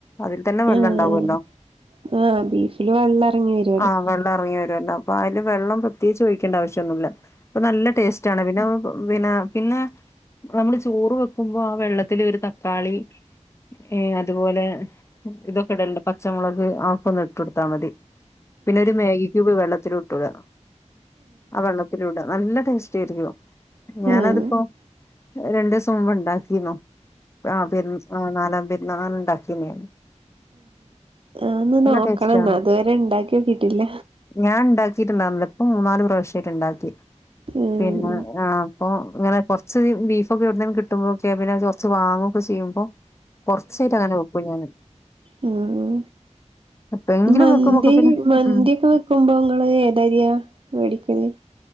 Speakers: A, on the left (about 20°); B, on the right (about 45°).
A: അതിൽ തന്നെ വെള്ളണ്ടാകുവല്ലോ
B: ആഹ് ആഹ് ബീഫില് വെള്ളം എറങ്ങി വരുവല്ലോ
A: ആഹ് വെള്ളം എറങ്ങി വരുവല്ലോ അപ്പായില് വെള്ളം പ്രത്യേകിച്ച് ഒഴിക്കേണ്ട ആവശ്യൊന്നുല്ല അപ്പൊ നല്ല ടേസ്റ്റാണ് പിന്നെ പിന്നെ പിന്നെ നമ്മള് ചോറ് വെക്കുമ്പോ ആ വെള്ളത്തില് ഒരു തക്കാളി ഏഹ് അതുപോലെ ഇതൊക്കെടല്ണ്ട് പച്ചമുളക് ആക്കൊന്ന് ഇട്ടൊട്ത്താ മതി പിന്നൊരു മേഗിക്യൂബ് വെള്ളത്തിലുട്ടുട ആഹ് വെള്ളത്തിലു ഇട നല്ല ടേസ്റ്റായിരിക്കും
B: ഒന്ന്
A: ഞാനതിപ്പോ രണ്ടൂസം <unintelligible> ഉണ്ടാക്കീന്നു ആഹ് പെരുന് ആഹ് നാലാം പെരുന്നാളിന് ഉണ്ടാക്കീന്നു
B: ഒന്ന് നോക്കണംന്ന്
A: ടേസ്റ്റ് ആണ്
B: ഇതുവരെ ഉണ്ടാക്കിനോക്കിട്ടില്ല
A: ഞാൻ ഉണ്ടാക്കിട്ടുണ്ടായിരുന്നില്ല ഇപ്പ മൂന്നാല് പ്രാവശ്യായിട്ട്ണ്ടാക്കി
B: ഉം
A: പിന്നെ ആഹ് അപ്പൊ ഇങ്ങനെകൊറച്ച് ബീഫ്ക്കെവിടുന്നേലും കിട്ടും കിട്ടുമ്പോക്കെ പിന്നെ കുറച്ച് വാങ്ങുവൊക്കെ ചെയ്യുമ്പോ കുറച്ചായിട്ടങ്ങനെ വെക്കും ഞാന്
B: ഉം ഉം
A: എപ്പെങ്കിലും
B: മന്തി
A: വെക്കുമ്പൊക്കെ പിന്നെ
B: മന്തി
A: ഉം
B: ഒക്കെ വെക്കുമ്പോ ഇങ്ങള് ഏതരിയാ മേടിക്കല്